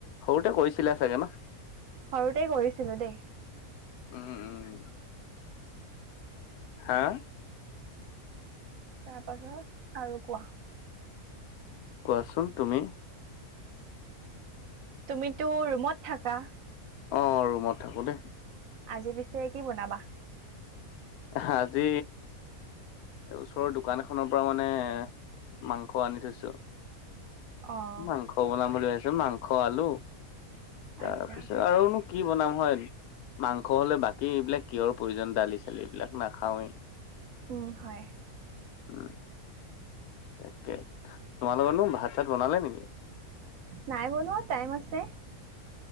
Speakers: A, on the left; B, on the right.
A: সৰুতে কৰিছিলা চাগে ন?
B: সৰুতে কৰিছিলোঁ দেই।
A: উম উম হা?
B: তাৰ পাছত আৰু কোৱা?
A: কোৱাচোন তুমি?
B: তুমিতো ৰুমত থাকা?
A: অঁ ৰুমত থাকোঁ দেই।
B: আজি পিছে কি বনাবা?
A: আহা আজি এই ওচৰৰ দোকান এখনৰ পৰা মানে মাংস আনি থৈছোঁ।
B: অ'
A: মাংস বনাম বুলি ভাবিছো মাংস আলু, তাৰপিছত
B: আচ্ছা।
A: আৰুন কি বনাম হয়। মাংস হ'লে বাকী এইবিলাক কিহৰ প্ৰয়োজন দালি চালি এইবিলাক নাখাওৱেই।
B: উম হয়।
A: উম। তাকে, তোমালোকৰনো ভাত চাত বনালে নেকি?
B: নাই বনোৱা, টাইম আছে।